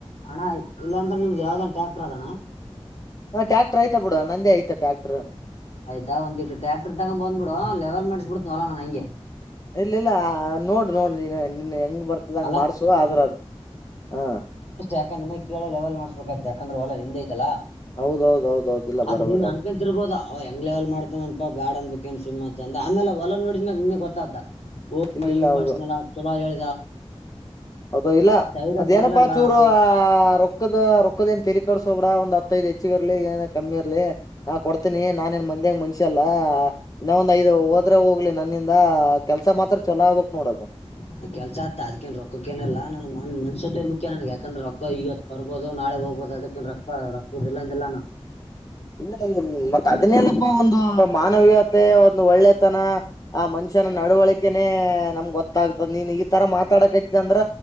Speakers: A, on the left (about 70°); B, on the left (about 35°).
A: ಅಣ್ಣ ಇಲ್ಲಾಂದ್ರೆ ನಿಮ್ದ್ ಯಾವ್ದನ್ ಟ್ಯಾಕ್ಟರ್ ಅದಣ್ಣ.
B: ಹಾ ಟ್ರ್ಯಾಕ್ಟರ್ ಆಯ್ತಾ ಬಿಡ ನಂದ ಆಯತೆ ಟ್ಯಾಕ್ಟರ್.
A: ಆಯ್ತಾ ಒಂದ ಇಟು ಟ್ರ್ಯಾಕ್ರ್ ತಗೊಂಡ್ ಬಂದ್ಬಡು ಲೆವೆಲ್ ಮಾಡಿಸ್ಬಿಡ್ತನ ವಲಾ ನಾ ಹಂಗೆ.
B: ಇಲ್ಲ ಇಲ್ಲ ನೋಡು ನೋಡ್ ನೀ ನನ್ ಹೆಂಗ <unintelligible> ಬರ್ತದ ಹಂಗ
A: ಅಲ್ಲ
B: ಮಾಡ್ಸುವ ಆದ್ರ ಅದು ಹಾ.
A: ಯಾಕಂದ ಕೇಳ ಲೆವೆಲ್ ಮಾಡುಸ್ಬೇಕೈತೆ ಯಾಕಂದ್ರೆ ಹೊಲ ನಿಂದ ಐತಲ್ಲ.
B: ಹೌದೌದ ಹೌದೌದು ಇಲ್ಲ
A: ಅದೇ
B: ಬರೋಬರಿ
A: ನೀನ್ ಅನ್ಕೊಂತಿರ್ಬೋದು
B: ಅದು
A: ಅವ ಹೆಂಗ್ ಲೆವೆಲ್ ಮಾಡ್ತಾನನ್ಪಾ ಬ್ಯಾಡ್ ಅನ್ಬೇಕ <unintelligible> ಸುಮತ ಅಂದ ಆಮೇಲೆ ಹೊಲ ನೋಡಿದ್ಮಾಗ ನಿ ಗೊತ್ತ
B: ಇಲ್ಲಿಲ್ಲ
A: ಹಿಂಗ
B: ಹೌದು
A: ಮಾಡಸ ಚಲೋ ಹೇಳ
B: ಹೌದ ಇಲ್ಲ
A: ಐಡಿಯಾ
B: ಅದೇನಪ್ಪಾ
A: ಬರ್ಲಿಲ್ಲ
B: ಚೂರು
A: ಅಂತ
B: ಆ ರೊಕ್ಕದ ರೊಕ್ಕದನ್ ತೆಲಿ <unintelligible> ಕೆಡುಸ್ಕೋ ಬೇಡ ಹತ್ತೈದ್ ಹೆಚ್ಚಿಗ ಇರ್ಲಿ ಏನ ಕಮ್ಮಿ ಇರ್ಲಿ. ನಾ ಕೊಡ್ತೀನಿ ನಾನೇಏನ್ ಮಂದ್ಯಾಗ ಮನ್ಷ್ಯ ಅಲ್ಲಾ ಇನ್ನೊ ಒಂದ್ ಐದು ಹೋದ್ರೆ ಹೋಗ್ಲಿ ನ <unintelligible> ಕೆಲಸ ಮಾತ್ರ ಚೊಲೋ ಹೋಗ್ಬೇಕ್ ನೋಡದು.
A: ನನ್ಗ ಕೆಲ್ಸ ಅತ್ತ ಅದ್ಕೇನ್ ರೊಕ್ಕೇನಲ್ಲ ನಾನನ್ ಮನ್ಷ್ಯತ್ವ ಮುಖ್ಯ ನನ್ಗೆ ಯಾಕಂದ್ರೆ ರೊಕ್ಕ ಇವತ್ ಬರ್ಬೋದು. ಅದು ನಾಳೆ ಹೋಗ್ಬಹುದು ಅದಕ್ಕಿನ್ ರೊಕ್ಕ ರೊಕ್ಕ ಇಲ್ಲಾಂದಿಲ್ಲಲ್ಲಾ ನಾ.
B: ಇಲ್ಲ ಒ ಅದನ್ನೇನಪ್ಪಾ ಒಂದು ಮಾನವೀಯತೆ ಒಂದು ಒಳ್ಳೆತನ. ಆ ಮನುಷ್ಯನ ನಡವಳಿಕೆನೇ ನಮ್ಗ್ ಗೊತ್ತಾಗ್ತದ ನೀನ್ ಈ ತರ ಮಾತಾಡಕತಿದ್ದ ಅಂದ್ರ